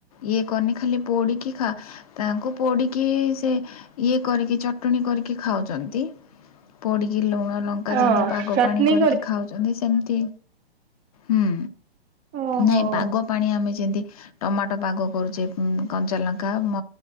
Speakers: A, on the left (about 35°); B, on the right (about 15°).
A: ଇଏ କନି ଖାଲି ପୋଡିକି ଖା ତାଙ୍କୁ ପୋଡିକି ଇଏ କରିକି ଚଟଣି କରିକି ଖାଉଚନ୍ତି ପୋଡ଼ିକି ଲୁଣ ଲଙ୍କା
B: ହଁ
A: ଯେମତି ପାଗ
B: ଚଟନି
A: ପାଣି କରିକି ଖାଉଚନ୍ତି ସେମିତି ହୁଁ।
B: ଓହୋ।
A: ନାଇଁ ପାଗ ପାଣି ଆମେ ଯେମିତି ଟମାଟ ପାଗ କରୁଚେ କଞ୍ଚା ଲଙ୍କା ମ